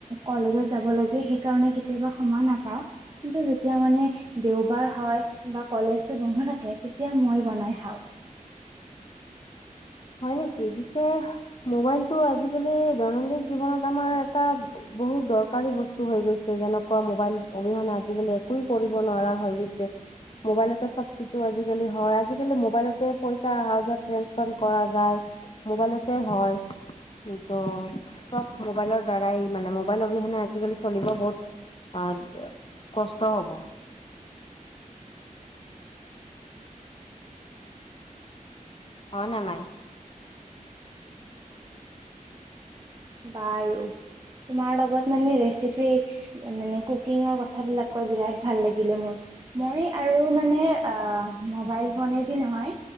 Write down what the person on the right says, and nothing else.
কলেজ যাব লগে লগে সেইকাৰণে কেতিয়াবা সমান নাপাওঁ। কিন্তু যেতিয়া মানে দেওবাৰ হয় বা। কলেজটো বন্ধ থাকে তেতিয়া মই বনাই খাও।
<inaudible>
বাৰু তোমাৰ লগত মানে ৰেচিপি মানে কুকিঙৰ কথাবিলাক কৈ বিৰাট ভাল লাগিলে মোৰ। ময়ে আৰু মানে আহ মোবাইল ফোনে দি নহয়।